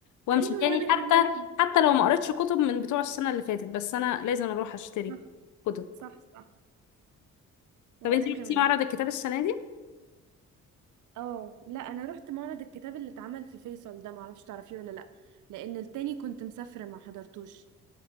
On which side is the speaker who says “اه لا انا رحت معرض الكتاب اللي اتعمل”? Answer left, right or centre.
Right